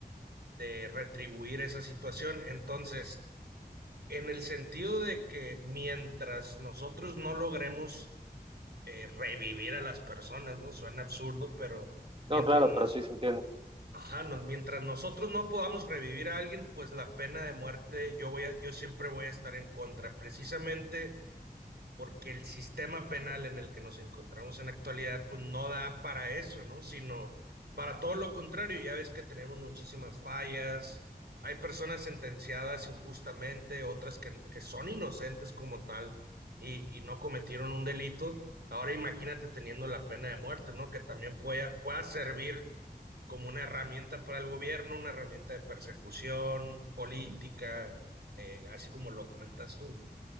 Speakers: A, on the right; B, on the right.
A: de retribuir esa situación. Entonces, en el sentido de que mientras nosotros no logremos eh, revivir a las personas, ¿no? Suena absurdo, pero
B: No,
A: mientras
B: claro,
A: nos,
B: pero sí se entiende.
A: Ajá, no- mientras nosotros no podamos revivir a alguien, pues la pena de muerte yo voy a, yo siempre voy a estar en contra, precisamente porque el sistema penal en el que nos encontramos en la actualidad, pues no da para eso, ¿no? Sino para todo lo contrario, ya ves que tenemos muchísimas fallas, hay personas sentenciadas injustamente, otras que, que son inocentes como tal y, y no cometieron un delito. Ahora imagínate teniendo la pena de muerte, ¿no? Que también pueda, pueda servir como una herramienta para el gobierno, una herramienta de persecución política, eh, así como lo comentas tú, ¿no?